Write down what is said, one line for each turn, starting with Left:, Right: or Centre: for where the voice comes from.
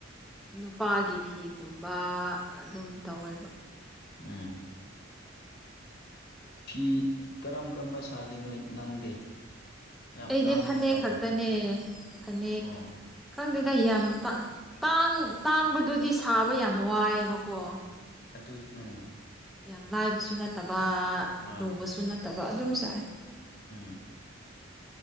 Centre: ꯅꯨꯄꯥꯒꯤ ꯐꯤꯒꯨꯝꯕ ꯑꯗꯨꯝ ꯇꯧꯋꯦꯕ
Left: ꯎꯝ ꯐꯤ ꯀꯔꯝ ꯀ꯭ꯔꯝꯕ ꯁꯥꯒꯦ ꯅꯣꯏ ꯅꯪꯗꯤ ꯌꯥꯝ
Centre: ꯑꯩꯗꯤ
Left: ꯇꯥꯡꯕ
Centre: ꯐꯅꯦꯛ
Left: ꯁꯥꯕ꯭ꯔꯣ
Centre: ꯈꯛꯇꯅꯦ ꯐꯅꯦꯛ
Left: ꯑꯣ
Centre: ꯈꯪꯗꯦꯗ ꯌꯥꯝ ꯇꯥ ꯇꯥꯡ ꯇꯥꯡꯕꯗꯨꯗꯤ ꯁꯥꯕ ꯌꯥꯝ ꯋꯥꯏꯌꯦꯕꯀꯣ
Left: ꯑꯗꯨ ꯎꯝ
Centre: ꯌꯥꯝ ꯂꯥꯏꯕꯁꯨ ꯅꯠꯇꯕ
Left: ꯑꯥ
Centre: ꯂꯨꯕꯁꯨ ꯅꯠꯇꯕ ꯑꯗꯨꯝ ꯁꯥꯏ
Left: ꯎꯝ